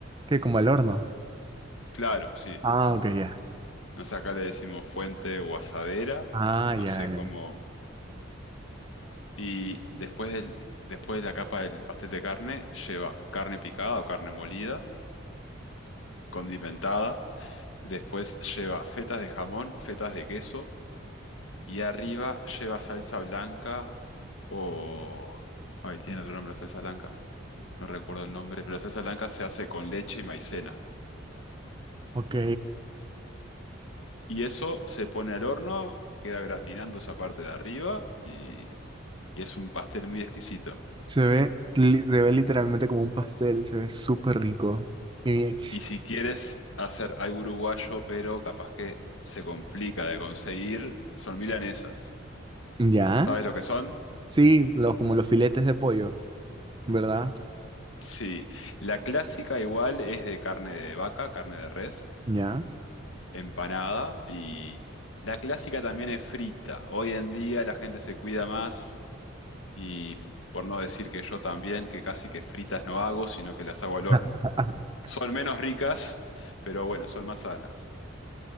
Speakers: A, on the right (about 25°); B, on the left (about 75°).
A: ¿Qué como el horno?
B: Claro, sí.
A: Ah, ok, ya.
B: Nos acá le decimos fuente o asadera,
A: Ah,
B: no
A: ya,
B: sé
A: ya.
B: cómo... Y después del, después de la capa del pastel de carne, lleva carne picada o carne molida, condimentada. Después lleva fetas de jamón, fetas de queso. Y arriba lleva salsa blanca o... Ay, tiene otro nombre la salsa blanca. No recuerdo el nombre, pero la salsa blanca se hace con leche y maicena.
A: Ok.
B: Y eso se pone al horno, queda gratinando esa parte de arriba y, y es un pastel muy exquisito.
A: Se ve, li- se ve literalmente como un pastel, se ve súper rico. Y-
B: Y si quieres hacer algo uruguayo, pero capaz que se complica de conseguir, son milanesas.
A: ¿Ya?
B: ¿Sabes lo que son?
A: Sí, los, como los filetes de pollo, ¿verdad?
B: Sí. La clásica igual es de carne de vaca, carne de res,
A: ¿Ya?
B: empanada y la clásica también es frita. Hoy en día la gente se cuida más y por no decir que yo también, que casi que fritas no hago, sino que las hago al horno.
A: <laughs>
B: Son menos ricas, pero bueno, son más sanas.